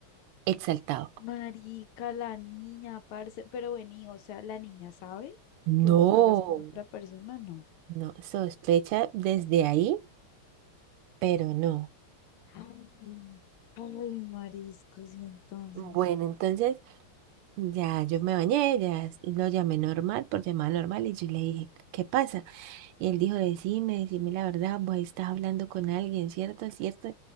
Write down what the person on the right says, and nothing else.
exaltado.
No,
no, sospecha desde ahí, pero no.
Bueno, entonces... Ya, yo me bañé, ya s- lo llamé normal, por llamada normal, y yo le dije, ¿qué pasa? Y él dijo, decime, decime la verdad, vos estás hablando con alguien, ¿cierto? ¿Cierto?